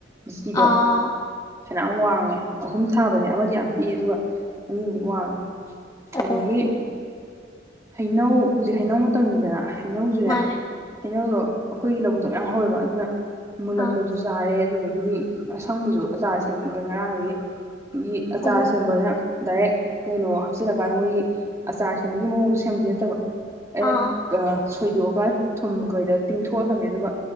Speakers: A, on the right; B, on the left.
A: ꯂꯤꯆꯤꯗꯣ
B: ꯑꯥ
A: ꯐꯅꯌꯥꯝ ꯋꯥꯡꯉꯦ ꯑꯍꯨꯝ ꯊꯥꯕꯅꯦ ꯑꯃꯗꯤ ꯌꯥꯝ ꯄꯤꯛ ꯑ‌ꯦ ꯑꯗꯨꯒ ꯑꯅꯤ ꯑꯝꯗꯤ ꯋꯥꯡꯉꯦ꯫
B: ꯑꯣꯍꯣ
A: ꯑꯗꯒꯤ ꯍꯩꯅꯧ ꯍꯧꯖꯤꯛ ꯍꯩꯅꯧ ꯃꯇꯝꯅꯤꯗꯅ ꯍꯧꯅꯧꯖꯦ
B: ꯃꯥꯅꯦ
A: ꯍꯩꯅꯧꯗꯣ ꯑꯩꯈꯣꯏꯒꯤ ꯂꯧꯕꯨꯛꯇꯣ ꯃꯌꯥꯝ ꯍꯧꯋꯦꯕ ꯑꯗꯨꯅ ꯃꯨꯂꯛꯄꯖꯨ
B: ꯑꯥ
A: ꯌꯥꯥꯔꯦ ꯑꯗꯨ ꯑꯗꯒꯤꯗꯤ ꯑꯁꯪꯕꯁꯨ ꯑꯆꯥꯔ ꯁꯦꯝꯕ ꯉꯔꯥꯡꯗꯒꯤ꯫ ꯑꯗꯥꯒꯤ ꯑꯆꯥꯔ
B: ꯑꯣꯍꯣ
A: ꯁꯦꯝꯕꯗ ꯗꯥꯏꯔꯦꯛ ꯀꯩꯅꯣ ꯍꯥꯞꯆꯤꯜꯂ ꯀꯥꯟꯗ ꯃꯣꯏꯒꯤ ꯑꯆꯥꯔ ꯁꯦꯝꯕꯒꯤ ꯃꯑꯣꯡꯗꯣ ꯁꯦꯝꯕꯥꯗꯤ ꯅꯠꯇꯕ ꯑꯩꯅ
B: ꯑꯥ ꯑꯥ
A: ꯑꯡ ꯁꯣꯏꯗꯣꯛꯑꯒ ꯊꯨꯝꯒꯗ ꯇꯤꯡꯊꯣꯛꯑ ꯊꯝꯃꯦ ꯑꯗꯨꯒ